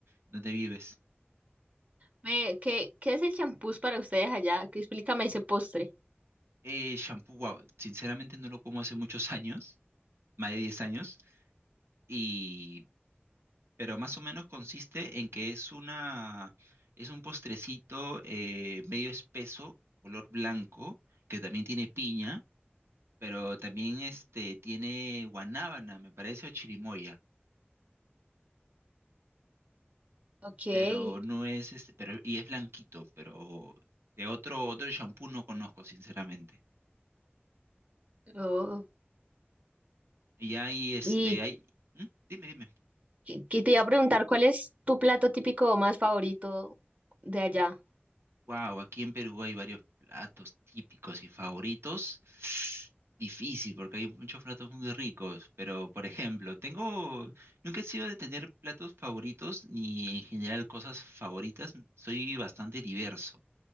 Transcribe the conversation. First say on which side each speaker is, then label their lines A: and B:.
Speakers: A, on the right (about 80°); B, on the right (about 40°).
A: donde vives?
B: Me- ¿qué, qué es el champús para ustedes allá? Que explícame ese postre.
A: Eh, shampoo, wow, sinceramente no lo como hace muchos <laughs> años, más de 10 años. y pero más o menos consiste en que es una, es un postrecito eh, medio espeso, color blanco, que también tiene piña, pero también este, tiene guanábana, me parece, o chirimoya,
B: Ok.
A: pero no es, este, pero, y es blanquito, pero de otro, otro shampoo no conozco, sinceramente.
B: oh.
A: Y hay, este,
B: Y
A: hay, ¿Mm? Dime, dime.
B: que que te iba a preguntar, ¿cuál es tu plato típico más favorito de allá?
A: Wow, aquí en Perú hay varios platos típicos y favoritos. Difícil, porque hay muchos platos muy ricos, pero por ejemplo, tengo, nunca he sido de tener platos favoritos ni en general cosas favoritas, soy bastante diverso.